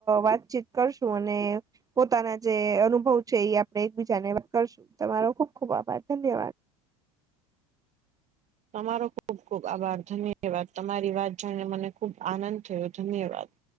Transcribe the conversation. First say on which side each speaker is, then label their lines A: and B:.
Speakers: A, on the right; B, on the right.
A: વાતચીત કરશું, અને પોતાના જે અનુભવ છે, એ આપડે એકબીજાને વાત કરશું, તમારો ખુબ ખુબ આભાર ધન્યવાદ.
B: તમારો ખુબ ખુબ આભાર ધન્યવાદ, તમારી વાત જાણીને, મને ખુબ આનંદ થયો, ધન્યવાદ.